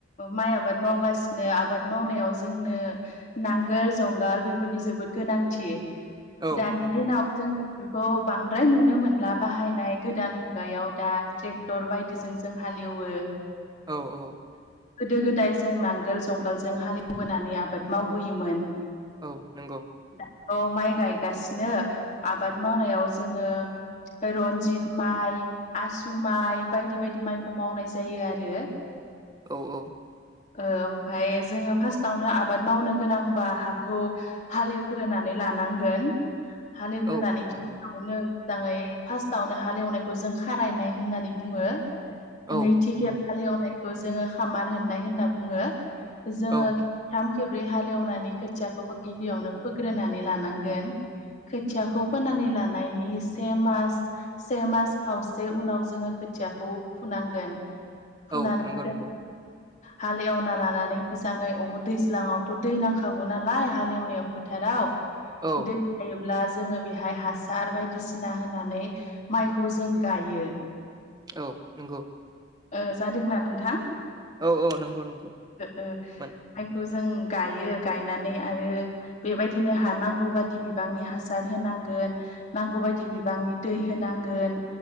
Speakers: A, on the left (about 40°); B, on the right (about 20°).
A: माइ आबाद मावगासिनो आबाद मावनायाव जोंनो नांगोल जंगाल बेफोरनि जोबोद गोनांथि
B: औ
A: दानि
B: नंगौ
A: दिनाव जों बेफोरखौ बांद्राय नुनो मोनला बाहायनाय गोदान मुगायाव दा ट्रेक्टर बायदिजों जों हाले एवो
B: औ औ
A: गोदो गोदाय जों नांगोल जुंगालजों हाले एवबोनानै आबाद मावबोयोमोन
B: औ नंगौ
A: दा अ माइ गायगासिनो आबाद मावनायाव जोङो रनजित माइ आसु माइ बायदि बायदि माइखौ मावनाय जायो आरो
B: औ-औ
A: ओ ओमफ्राय जोङो फार्स्टावनो आबाद मावनो गोनांबा हाखौ हाले एवग्रोनानै लानांगोन हाले एवग्रोनानै
B: औ नंगौ
A: गिबियावनो मोजाङै फार्स्टावनो हालेवनायखौ जों खारायनाय होननानै बुङो
B: औ
A: नैथि
B: नंगौ
A: खेब हाले एवनायखौ जोङो खामार होननाय होनना बुङो जोङो
B: औ
A: थाम खेब्रै हालेवनानै खोथियाखौ गिबियावनो फोग्रोनानै लानांगोन खोथियाखौ फोनानै लानायनि से मास से मास खावसे उनाव जोङो खोथियाखौ फुनांगोन फुनानै
B: औ नंगौ नंगौ
A: हाल एवना लानानै मोजाङैब दैज्लाङाव थ' दै नांखागौ नालाय हाले एवनायाव फोथाराव
B: औ
A: दै थायोब्ला जोङो बेहाय हासार बायदिसिना होनानै माइखौ जों गायो
B: औ नंगौ
A: ओ जादोंना नोंथां
B: औ-औ नंगौ नंगौ
A: ओ
B: मोन
A: माइखौ जों गायो गायनानै आरो बेबायदिनो हा हानांगौ बायदि बिबांनि हासार होनांगोन नांगौ बादि बिबांनि दै होनांगोन